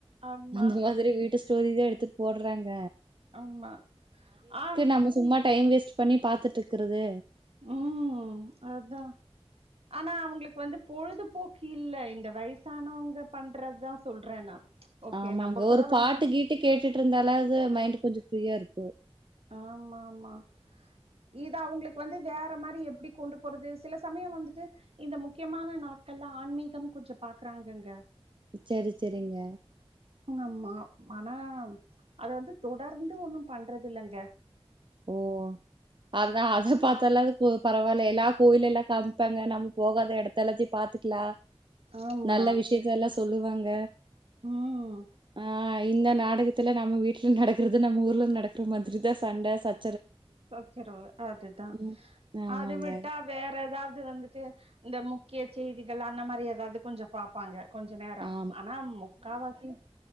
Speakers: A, on the right (about 70°); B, on the right (about 50°).
A: ஆமா
B: அந்த மாதிரி வீட்டு ஸ்டோரிதா எடுத்து போட்றாங்க
A: ஆமா ஆ
B: நம்ம சும்மா டைம் வேஸ்ட் பண்ணி பாத்துட்டு இக்குறது
A: ம் அதா ஆனா அவங்களுக்கு வந்து பொழுதுபோக்கு இல்ல இந்த வயசானவங்க பண்றதா சொல்ற நா ஓகே
B: ஆமாங்க
A: நம்ம கூட
B: ஒரு பாட்டு
A: வந்து
B: கீட்டு கேட்டுட்டு இருந்தாலாது மைண்டு கொஞ்சோ ஃப்ரீயா ருக்கு
A: ஆமா ஆமா இது அவங்ளுக் கு வந்து வேற மாரி எப்டி கொண்டு போறது சில சமயோ வந்துட்டு இந்த முக்கியமான நாட்கள்ல ஆன்மீகம் கொஞ்சோ பாக்குறாங்கங்க
B: சரி சரிங்க
A: உங்கம்மா மானா அது வந்து தொடர்ந்து ஒண்ணு பண்றது தில்லங்க
B: ஓ அதா அத பாத்தாலாது போ பரவால்ல எல்லா கோயிலெல்லா காம்ப்பாங்க நம்ம போகாத எடத் தளச்சி பாத்துக்லா
A: ஆமா
B: நல்ல விஷயத்தெல்லா சொ சொல்லுவாங்க
A: ம்
B: ஆ இந்த நாடகத்துல நம்ம வீட்ல நடக்கறது நம்ம ஊர்ல நடக்குற மாதிரி தா சண்ட சச்
A: சச்சரவு அதுதா
B: ம் ஆமாங்க
A: அத விட்டா வேற எதாவ்து து வந்துட்டு இந்த முக்கிய செய்திகள் அந்த மாரி எதாது கொஞ்சோ பாப்பாங்க கொஞ்ச நேரோ
B: ஆமா
A: ஆனா முக்காவாசி